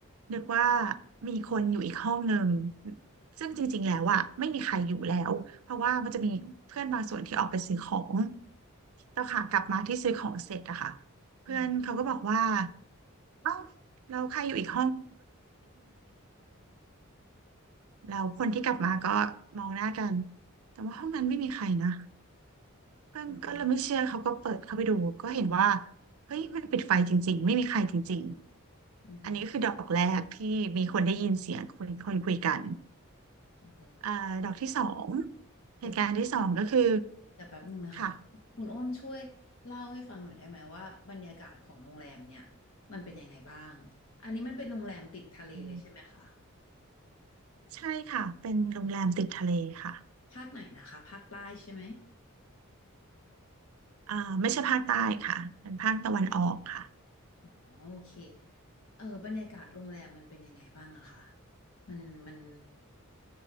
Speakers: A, on the right; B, on the left.
A: นึกว่ามีคนอยู่อีกห้องหนึ่งซึ่งจริงๆแล้วอะไม่มีใครอยู่แล้วเพราะว่ามันจะมีเพื่อนบางส่วนที่ออกไปซื้อของแล้วค่ะกลับมาที่ซื้อของเสร็จอะค่ะเพื่อนเขาก็บอกว่า
B: อือหือ
A: เอ้าเราใครอยู่อีกเราคนที่กลับมาก็มองหน้ากันแต่ว่าห้องนั้นไม่มีใครนะ เพื่อนก็เลยไม่เชื่อเขาก็เปิดเข้าไปดูก็เห็นว่า
B: อือหือ
A: เฮ้ยมันปิดไฟจริงๆไม่มีใครจริงๆอันนี้ก็คือดอกแรกที่มีคนได้ยินเสียงคนคนคุยกัน
B: อือหือเออ
A: อ่าดอกที่สอง
B: เดี๋ยวแป๊บ
A: เหตุการณ์ที่สองก็คือ
B: เดี๋ยวแป๊บหนึ่งนะคะ
A: ค่ะ
B: คุณอ้นช่วยเล่าให้ฟังหน่อยได้ไหมว่าบรรยากาศของโรงแรมเนี่ยมันเป็นยังไงบ้างอันนี้มันเป็นโรงแรมติดทะเลเลยใช่ไหมคะ
A: อืมใช่ค่ะเป็นโรงแรมติดทะเลค่ะ
B: ภาคไหนนะคะภาคใต้ใช่ไหม
A: อ่าไม่ใช่ภาคใต้ค่ะเป็นภาคตะวันออกค่ะ
B: อ๋อโอเคเออบรรยากาศโรงแรมมันเป็นยังไงบ้างอะคะมันมัน